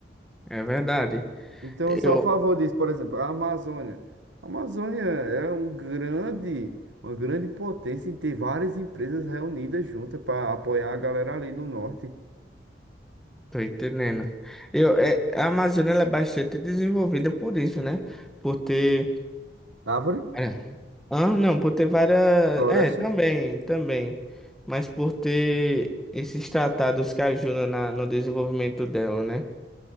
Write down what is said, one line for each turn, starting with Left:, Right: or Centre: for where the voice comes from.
Centre: É verdade.
Right: Então, eu sou
Centre: Eu
Right: a favor disso. Por exemplo, a Amazônia. A Amazônia é um grande, uma grande potência em ter várias empresas reunidas juntas para apoiar a galera ali do norte.
Centre: tô entendendo. Eu, é, a Amazônia ela é bastante desenvolvida por isso, né? Por ter.
Right: Árvore,
Centre: É. Ah, não, por ter várias.
Right: floresta.
Centre: É, também, também. Mas por ter esses tratados que ajudam na, no desenvolvimento dela, né?